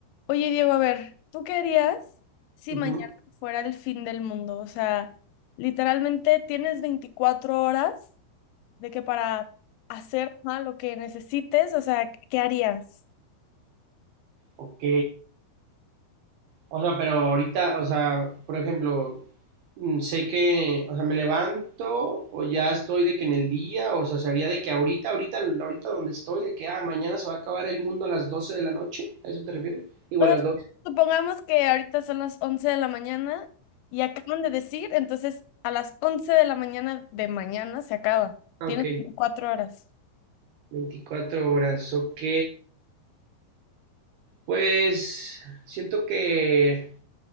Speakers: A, on the left; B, on the right.
A: Oye, Diego, a ver, ¿tú qué harías si
B: Ujú,
A: mañana fuera el fin del mundo? O sea, literalmente tienes 24 horas de que para hacer ajá, lo que necesites, o sea, ¿qué harías?
B: Ok. O sea, pero ahorita, o sea, por ejemplo, mm, sé que, o sea, me levanto o ya estoy de que en el día, o sea, sería de que ahorita, ahorita, ahorita donde estoy, de que, ah, mañana se va a acabar el mundo a las doce de la noche, ¿a eso te refieres? Igual
A: O sea,
B: a las doce
A: supongamos que ahorita son las 11 de la mañana y acaban de decir, entonces a las 11 de la mañana de mañana se acaba.
B: Ah,
A: Tienes
B: ok.
A: veinticuatro horas.
B: veinticuatro horas, ok. Pues siento que